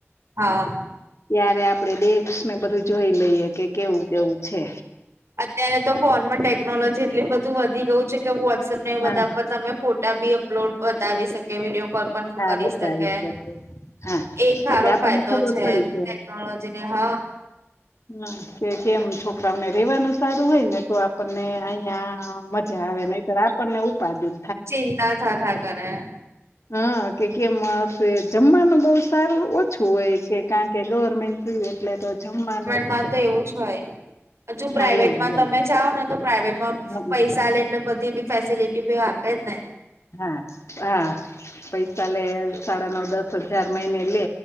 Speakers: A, on the right (about 75°); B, on the left (about 75°).
A: હા
B: ત્યારે આપડે ડેકશ ને બધું જોઈ લઈએ કે કેવું કેવું છે
A: અત્યારે તો ફોનમાં ટેકનોલોજી એટલી બધું વધી ગયું છે કે વોટ્સપ ને એ બધા
B: હા
A: તમે ફોટા ભી અપલોડ બતાવી શકે વિડીયો કોઇ પણ
B: હા
A: કરી
B: બતાવીશ
A: શકે
B: બધું. હા
A: એક હારો
B: એટલે આપણને
A: ફાયદો
B: ખબર
A: છે
B: પડી
A: ટેકનોલોજી ને હ
B: હા કે કેમ છોકરાઓને રેવાનું સારું હોય ને તો આપણને અયા મઝા આવે નઈ તર આપણ ને ઉપાદી
A: ચિંતા થા થા કરે
B: હા કે કેમ હસે જમવાનું બઉ સારું ઓછું હોય કે કારણ કે ગવર્મેન્ટ એટલે તો જમવા
A: માંતો એવું જ હોય હજુ પ્રાાઈવેટમાં
B: હા એવું હોય.
A: તમે જાઓ ને તો પ્રાાઈવેટ એમાં
B: હમ
A: પૈસા લે એટને બધી બી ફેસિલિટી બી આપે જ ને
B: હા હા પૈસા લે સાડા નવ દસ હજાર મહિનેલે